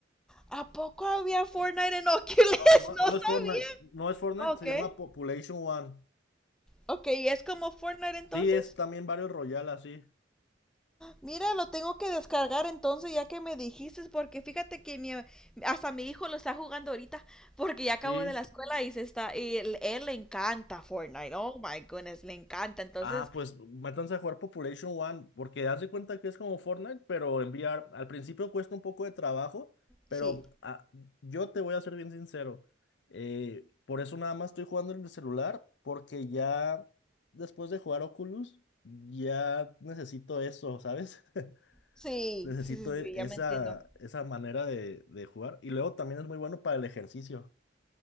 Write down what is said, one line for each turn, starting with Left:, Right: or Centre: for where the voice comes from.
Centre: ¿A poco había Fortnite en Oculus?
Left: No, no,
Centre: <laughs> No
Left: no
Centre: sabía.
Left: es Fortnite, no es Fortnite,
Centre: Ok.
Left: se llama Population One.
Centre: Ok, ¿y es como Fortnite entonces?
Left: Sí, es también Battle Royale, así.
Centre: Mira, lo tengo que descargar entonces ya que me dijiste, porque fíjate que mi, hasta mi hijo lo está jugando ahorita, porque ya acabó
Left: Sí.
Centre: de la escuela y se está, y él, él le encanta Fortnite, oh my goodness, le encanta, entonces,
Left: Ah, pues métanse a jugar Population One, porque haz de cuenta que es como Fortnite, pero enviar, al principio cuesta un poco de trabajo, pero
Centre: sí,
Left: ah, yo te voy a ser bien sincero, eh, por eso nada más estoy jugando en el celular, porque ya después de jugar Oculus, ya necesito eso, ¿sabes? <laughs>
Centre: sí,
Left: Necesito
Centre: sí, sí,
Left: e-
Centre: sí,
Left: esa,
Centre: ya me entiendo.
Left: esa manera de, de jugar, y luego también es muy bueno para el ejercicio.